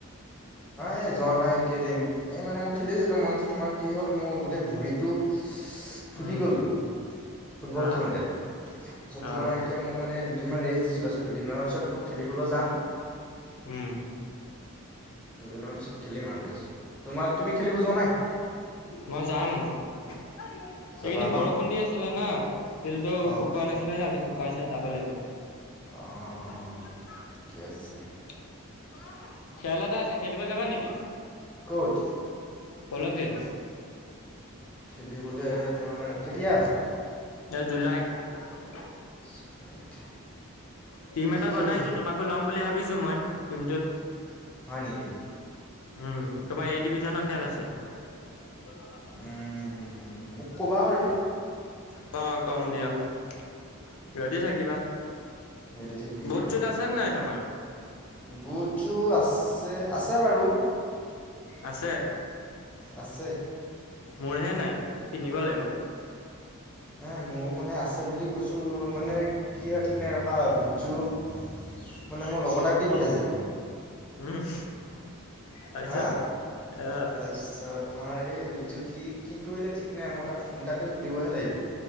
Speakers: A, in the centre; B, on the left.
A: এ যোৱা নাই একেইদিন, এই মানে মই খেলিছিলো মই তোমাৰ কি হ'ল মোৰ গোটেই ভৰিতটো ফুলি
B: উম,
A: গ'ল ফুটবল
B: অ',
A: খেলোঁতে, তাৰপাছত
B: অ',
A: তোমাৰ এতিয়া ম মানে দুদিনমান ৰেষ্ট দিছোঁ তাৰপিছত দুদিনৰ পিছত আকৌ খেলিবলৈ যাম।
B: উম,
A: দুদিনমানৰ পিছত খেলিম আৰু। তাৰপিছত তোমাৰ তুমি খেলিব যোৱা নাই
B: মই যাম আজি। সেইকেইদিন
A: যাবা ন
B: বৰষুণ দি আছিলে না ফিল্ডটো
A: অঁ
B: শুকোৱা নাছিলে যে আজি শুকাইছে যাব লাগিব।
A: অঁ
B: <unintelligible>
A: অঁ অঁ ঠিকে আছে
B: খেল এটা আছে খেলিব যাবা নেকি।
A: ক'ত।
B: প'ল খেল।
A: খেলিবলৈ
B: <unintelligible>
A: তোমাৰ কেতিয়া আছে
B: এ জুুলাইত। <unintelligible>
A: জুলাইত। <inaudible>
B: টিম এটা
A: কি খেল
B: বনাইছোঁ
A: খেলি
B: তোমাকো ল'ম বুলি ভাবিছোঁ মই টিমটোত।
A: হয় নেকি
B: উম তোমাৰ এ ডিভিজনৰ খেল আছে। <unintelligible>
A: উম, মোক ক'বা বাৰু
B: অ কম দিয়া <unintelligible> ৰেডি থাকিবা।
A: ৰেডি থাকিম
B: বুট
A: বাৰু
B: চুত আছে নে নাই তোমাৰ।
A: বুটযোৰ আছে আছে বাৰু।
B: আছে।
A: আছে।
B: মোৰহে নাই মই কিনিব লাগিব।
A: নাই মোৰো মানে আছে বুলি কৈছোঁ মানে কি হয় ঠিক নাই ৰখা। <unintelligible> মানে মোৰ লগৰ এটাক দি পঠাইছিলোঁ।
B: উম তাৰপিছত
A: হা
B: আহ।
A: তাৰপিছত তোমাৰ এই বুটযোৰ সি কি কৰিলে ঠিক নাই মই তাক ফোন এটা কৰি সুধিবহে লাগিব।